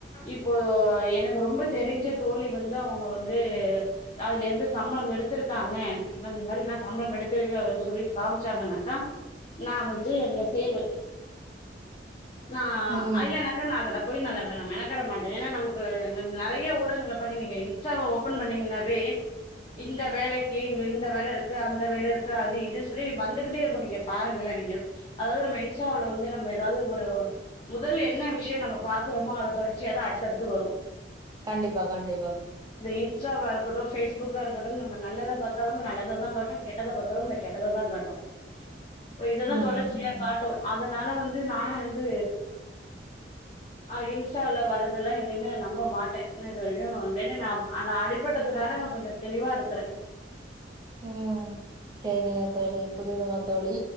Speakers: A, on the left (about 30°); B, on the right (about 20°).
A: இப்போ எனக்கு ரொம்ப தெரிஞ்ச தோழி வந்து அவங்க வந்து அதுலயிருந்து சம்பளம் எடுத்துருக்காங்க அந்த மாதிரி நா சம்பளம் எடுத்திருக்கு அப்டின்னு சொல்லி காமிச்சாங்கன்னாக்கா நா வந்து அதுல சேர்வே நா
B: ம்
A: ஐல்லனாக்கா நா அதுல போயி நானு மெனக்கெட மாட்டே ஏன்னா நமக்கு நெறைய ஊடகங்கள போயி நீங்க இன்ஸ்டாவ ஓபன் பண்ணீங்கனாவே இந்த வேலைக்கு இந்த வேலயிருக்கு அந்த வேலயிருக்கு அது இது சொல்லி வந்துகுட்டேயிருக்கோ நீங்க பாருங்களே நீங்க அதாவது நம்ம இன்ஸ்டாவுல வந்து நம்ம எதாவது ஒரு முதல் என்ன விஷியோ நம்ம பாக்குறோமோ அத தொடர்ச்சியாதா அடுத்தடுத்து வரும்
B: கண்டிப்பா கண்டிப்பா
A: இன்ஸ்டாவாயிருக்கட்டும் ஃபேஸ்புக்காயிருக்கட்டும் நம்ம நல்லதா பாத்தாலும் நல்லததா காட்டோ கெட்டத பத்தாலும் இந்த கெட்டததா காட்டும் இப்ப இதுதா
B: ம்
A: தொடர்ச்சியா காட்டும் அதனால வந்து நானோ வந்து அஹ் இன்ஸ்டால வர்றதெல்லா எதையுமே நா நம்ப மாட்டே இது வரைக்கோ என்ன நா அடி அடிப்பட்டத்துனால நா கொஞ்சோ தெளிவாயிருக்குறே
B: உம் சேரிங்க தோழி புரியுதுங்களா தோழி